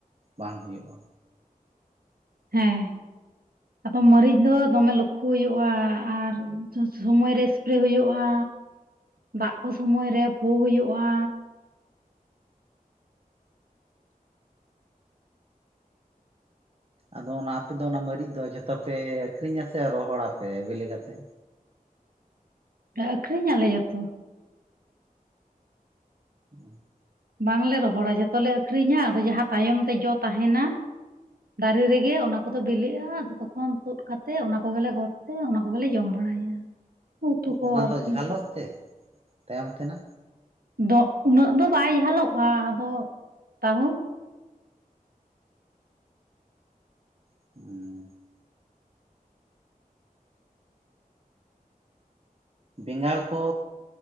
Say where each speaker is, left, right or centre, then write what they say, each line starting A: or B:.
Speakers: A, on the right (about 40°); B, on the right (about 80°).
A: ᱵᱟᱝ ᱦᱩᱭᱩᱜᱼᱟ᱾
B: ᱦᱮᱸ ᱦᱮᱸ᱾ ᱟᱫᱚ ᱢᱟᱹᱨᱤᱪ ᱫᱚ ᱫᱚᱢᱮ ᱞᱚᱠᱠᱷᱚ ᱦᱩᱭᱩᱜᱼᱟ ᱟᱨ ᱥᱟ-ᱥᱚᱢᱚᱭ ᱨᱮᱼᱼ ᱥᱯᱨᱮ ᱦᱩᱭᱩᱜᱼᱟ, ᱫᱟᱜ ᱠᱚ ᱥᱚᱢᱚᱭ ᱨᱮ ᱯᱩ ᱦᱩᱭᱩᱜᱼᱟ᱾
A: ᱟᱫᱚ ᱚᱱᱟ ᱟᱯᱮ ᱫᱚ ᱚᱱᱟ ᱢᱟᱹᱨᱤᱪ ᱫᱚ ᱡᱷᱚᱛᱚ ᱯᱮ ᱟᱹᱠᱷᱨᱤᱧᱟ ᱥᱮ ᱨᱚᱦᱚᱲ ᱟᱯᱮ ᱵᱮᱞᱮ ᱠᱟᱛᱮᱜ?
B: ᱟᱹᱠᱷᱨᱤᱧ ᱟᱞᱮ ᱡᱚᱛᱚ᱾
A: ᱦᱩᱸ᱾
B: ᱵᱟᱝ ᱞᱮ ᱨᱚᱦᱚᱲᱟ ᱡᱷᱚᱛᱚ ᱞᱮ ᱟᱠᱷᱨᱤᱧᱟ, ᱟᱫᱚ ᱡᱟᱦᱟᱸ ᱛᱟᱭᱚᱢ ᱛᱮ ᱡᱚ ᱛᱟᱦᱮᱱᱟ ᱫᱟᱨᱮ ᱨᱮᱜᱮ ᱚᱱᱟ ᱠᱚᱫᱚ ᱵᱮᱞᱮᱜᱼᱟ, ᱟᱫᱚ ᱛᱚᱠᱷᱚᱱ ᱛᱩᱫ ᱠᱟᱛᱮ ᱚᱱᱟ ᱠᱚ ᱜᱮ ᱞᱮ ᱜᱚᱫ᱾ ᱛᱚ ᱚᱱᱟ ᱠᱚᱜᱮ ᱞᱮ ᱡᱚᱢ ᱵᱟᱲᱟᱭᱟ᱾ ᱩᱛᱩ ᱠᱚ
A: ᱚᱱᱟ
B: ᱟᱨᱠᱤ
A: ᱫᱚ ᱡᱷᱟᱞᱚᱜ ᱛᱮ ᱛᱟᱭᱚᱢ ᱛᱮᱱᱟᱜ?
B: ᱫᱚ ᱩᱱᱟᱹᱜ ᱫᱚ ᱵᱟᱭ ᱡᱷᱟᱞᱚᱜᱼᱟ ᱟᱫᱚ ᱛᱟᱦᱳ᱾
A: <inaudible> ᱵᱮᱸᱜᱟᱲ ᱠᱚ